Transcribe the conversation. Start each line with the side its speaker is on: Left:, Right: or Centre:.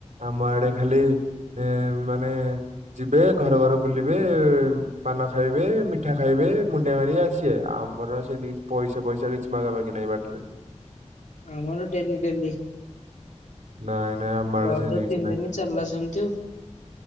Right: ଆମ ଆଡେ ଖାଲି ଏ ମାନେ ଯିବେ ଘର ଘର ବୁଲିବେ ପାନ ଖାଇବେ ମିଠା ଖାଇବେ ମୁଣ୍ଡିଆ ମାରି ଆସିବେ ଆଉ ଆମର ସେମତି କିଛି ପଇସା ପଇସା କିଛି ମାଗା ମାଗି ନାହିଁ ବାଟରେ।
Left: ଆମର ଡେଲି ଡେଲି।
Right: ନାଇଁ ନାଇଁ ଆମ ଆଡେ
Left: ରଜ
Right: ସେମିତି କିଛି
Left: ତିନି
Right: ନାହିଁ।
Left: ଦିନି ଚାଲିଲା ସେମିତି ଆଉ।